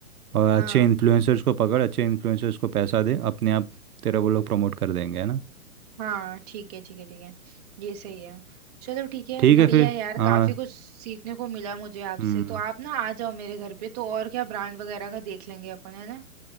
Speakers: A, on the right (about 80°); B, on the right (about 25°).
A: और अच्छे
B: हाँ
A: इन्फ्लुएंसर्स को पकड़ अच्छे इन्फ्लुएंसर्स को पैसा दे अपने आप तेरा वो लोग प्रमोट कर देंगे है ना
B: हाँ ठीक है ठीक है ठीक है ये सही है चलो ठीक है
A: ठीक
B: बढ़िया
A: है फिर
B: है यार
A: हाँ
B: काफी कुछ सीखने को मिला मुझे आपसे
A: हम्म
B: तो आप ना आ जाओ मेरे घर पे तो और क्या ब्रांड वगैरह का देख लेंगे अपन है ना